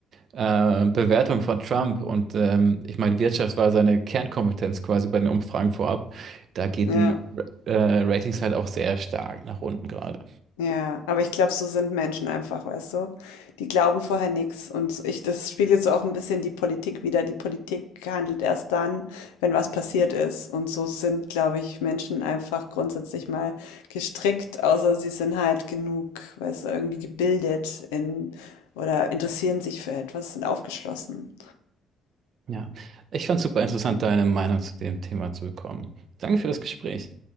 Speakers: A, on the right (about 50°); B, on the left (about 70°).
A: äh, Bewertung von Trump und ähm, ich meine, Wirtschaft war seine Kernkompetenz quasi bei den Umfragen vorab. Da gehen
B: ja.
A: die äh, Ratings halt auch sehr stark nach unten gerade.
B: Ja, aber ich glaube, so sind Menschen einfach, weißt du? Die glauben vorher nichts und ich, das spiegelt so auch ein bisschen die Politik wider. Die Politik handelt erst dann, wenn was passiert ist. Und so sind, glaube ich, Menschen einfach grundsätzlich mal gestrickt, außer sie sind halt genug, weißt du, irgendwie gebildet in oder interessieren sich für etwas, sind aufgeschlossen.
A: Ja, ich fand es super interessant, deine Meinung zu dem Thema zu bekommen. Danke für das Gespräch.